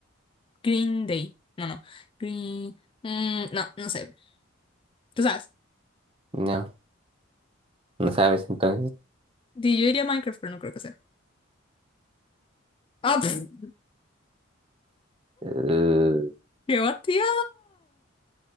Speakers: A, on the left; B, on the right.
A: Green Day. No, no. Green. mm, no, no sé. Tú sabes.
B: no No sabes, entonces,
A: Di- Yo diría Minecraft, pero no creo que sea. ¡Ah! pf!
B: eh,
A: ¡Qué batida!